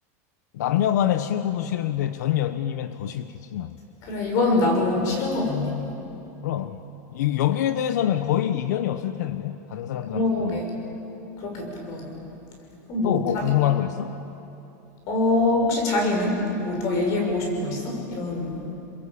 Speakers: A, on the left; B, on the left.
A: 남녀 간의 친구도 싫은데 전 연인이면 더 싫겠지, 나.
B: 그래, 이건 나도 싫은 것 같네.
A: 그럼 이, 여기에 대해서는 거의 이견이 없을 텐데 다른 사람들한테
B: 그러게,
A: 물어봐.
B: 그렇겠다, 그거는. 그럼 뭐,
A: 또 뭐
B: 다,
A: 궁금한 거 있어?
B: 어, 혹시 자기는 뭐 더 얘기해보고 싶은 거 있어? 이런,